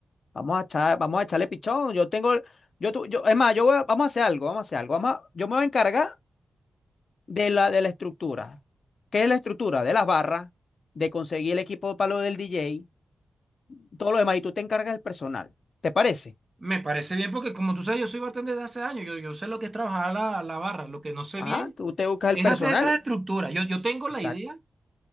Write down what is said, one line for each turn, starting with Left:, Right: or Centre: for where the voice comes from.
Left: Vamos a echar, vamos a echarle pichón. Yo tengo, yo, tu- yo, es más, yo voy a- vamos a hacer algo, vamos a hacer algo. Vamos a- yo me voy a encargar de la, de la estructura. ¿Qué es la estructura? De las barras, de conseguir el equipo para lo del DJ, todo lo demás. Y tú te encargas del personal. ¿Te parece?
Right: Me parece bien porque como tú sabes, yo soy bartender de hace años. Yo, yo sé lo que es trabajar la, la barra. Lo que no sé
Left: Ajá,
Right: bien
Left: tú te buscas el
Right: es
Left: personal.
Right: hacer esas estructuras. Yo, yo tengo la
Left: Exacto.
Right: idea